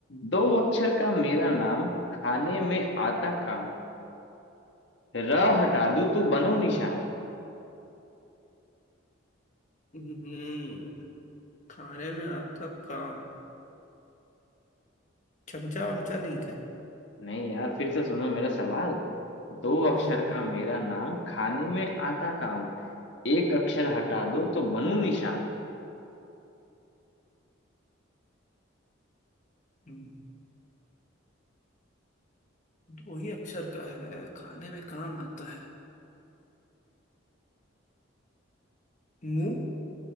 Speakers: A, on the left; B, on the left.
A: दो अक्षर का मेरा नाम खाने में आता काम र हटा दूं तो बनो निशान
B: हम्म, खाने में आता काम चमचा वमचा नहीं क्या
A: नहीं यार फिर से सुनो मेरा सवाल दो अक्षर
B: हम्म
A: का मेरा नाम खाने में आता काम एक अक्षर हटा दो तो बनूं निशान
B: हम्म, वही अक्षर का है खाने में काम आता है मुंह